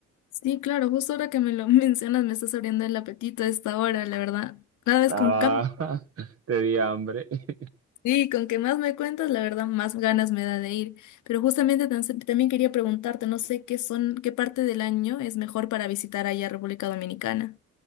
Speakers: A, on the left (about 75°); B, on the right (about 50°).
A: Sí, claro, justo ahora que me lo <laughs> mencionas me estás abriendo el apetito a esta hora, la verdad. Cada vez
B: Ah,
A: con cam-
B: <laughs> te di hambre. <laughs>
A: Sí, con que más me cuentas, la verdad, más ganas me da de ir. Pero justamente tan- también quería preguntarte, no sé qué son, qué parte del año es mejor para visitar allá a República Dominicana.